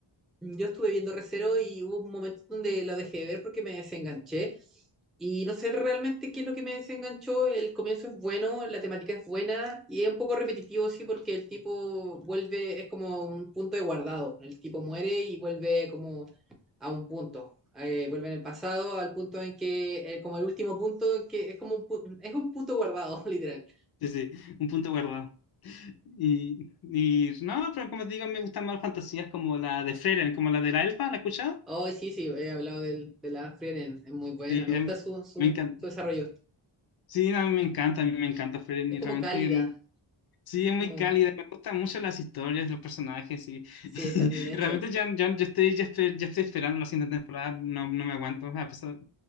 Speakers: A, in the centre; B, on the left (about 50°).
A: yo estuve viendo Recero y hubo momentos donde lo dejé de ver porque me desenganché Y no sé realmente qué es lo que me desenganchó. El comienzo es bueno, la temática es buena y es un poco repetitivo, sí, porque el tipo vuelve, es como un punto de guardado. El tipo muere y vuelve como a un punto. Eh, vuelve en el pasado al punto en que, eh, como el último punto, en que es como un, pu- es un punto guardado, <laughs> literal.
B: Sí, sí, un punto guardado. Y, y no, pero como te digo, me gustan más fantasías como la de Frieren, como la de la elfa, ¿la has escuchado?
A: Oh, sí, sí, he hablado del, de la Frieren, es muy buena,
B: Sí,
A: me
B: em,
A: gusta su, su,
B: me encanta.
A: su desarrollo.
B: Sí, no me encanta, a mí me encanta Frieren
A: Es
B: y
A: como
B: realmente
A: cálida,
B: em, sí es muy
A: como,
B: cálida, me gustan mucho las historias, los personajes y, <laughs>
A: sí, está
B: y
A: bien hecho.
B: realmente ya, ya, ya estoy, ya estoy, ya estoy esperando la siguiente temporada, no, no me aguanto, a pesar